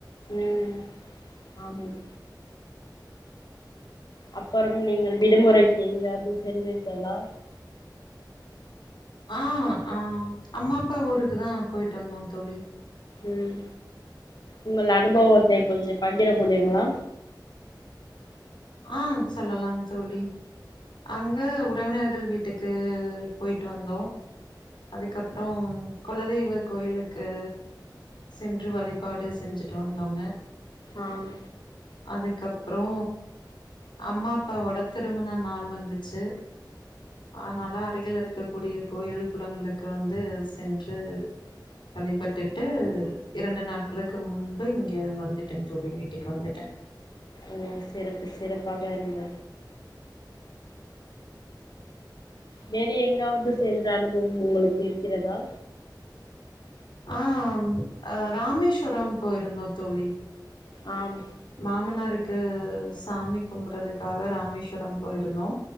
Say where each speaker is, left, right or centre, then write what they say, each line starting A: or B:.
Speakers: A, on the left (about 65°); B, on the left (about 85°).
A: ம் ஆமாம் அப்பறம் நீங்கள் விடுமுறைக்கு எங்யாது சென்றிர்களா
B: ஆ ஆ அம்மா அப்பா ஊருக்குதா போயிட்டு வந்தோ தோழி
A: ம் உங்கள் அனுபவத்தை கொஞ்ச பகிர முடியுங்ளா
B: ஆ சொல்லலாம் தோழி அங்க உறவினர்கள் வீட்டுக்கு போய்ட்டு வந்தோ அதுக்கப்றோ குலதெய்வ கோயிலுக்கு சென்று வழிபாடு செஞ்சுட்டு வந்தோங்க
A: ஆம்
B: அதுக்கப்றோ அம்மா அப்பாவோட திருமண நாள் வந்துச்சு அதனால அருகில் இருக் கக் கூடிய கோயில் குளங்களுக்கு வந்து சென்று வழிபட்டுட்டு இரண்டு நாட்களுக்கு முன்பு இங்க வந்துட்டே தோழி வீட்டுக்கு வந்துட்ட
A: ஓ சிறப்பு சிறப்பாக இருந்த வேறு எங்காவது சென்ற அனுபவம் உங்களுக்கு இருக்கிறதா
B: ஆ அ ராமேஸ்வரம் போயிருந்தோ தோழி
A: ஆம்
B: மாமனாருக்கு சாமி கும்புறதுக்காக ராமேஸ்வரம் போயிருந்தோ